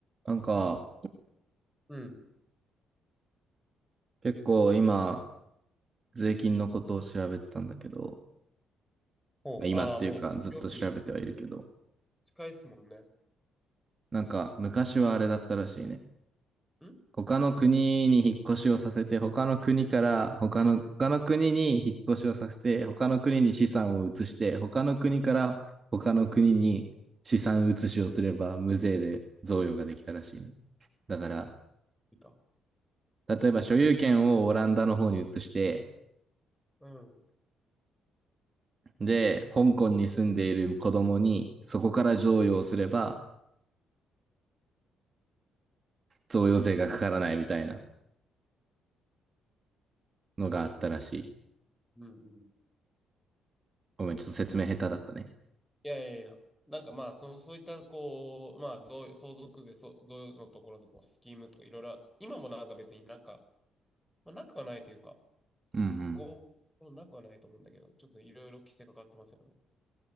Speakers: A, on the right; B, in the centre.
A: なんか、
B: うん。
A: 結構今、税金のことを調べてたんだけど、
B: ほう、
A: まあ今っていうかずっと調べてはいるけど、
B: ああ、もう、料理近いっすもんね。
A: なんか昔はあれだったらしいね。
B: ん
A: 他の国に引っ越しをさせて、他の国から他の、他の国に引っ越しをさせて、他の国に資産を移して、他の国から他の国に資産移しをすれば無税で贈与ができたらしいね。だから、
B: いいか。
A: 例えば所有権をオランダの方に移して、
B: うん。
A: で、香港に住んでいる子供に、そこから贈与をすれば、贈与税がかからないみたいなのがあったらしい。
B: うんうん。
A: ごめん、ちょっと説明下手だったね。
B: いやいやいや。なんかまあ、その、そういった、こう、まあ、贈相続税、そう贈与のところのこうスキームとかいろいろあ、今もなんか別になんか、まあ、なくはないというか、
A: うんうん。
B: 合法もなくはないと思うんだけど、ちょっといろいろ規制かかってますよね。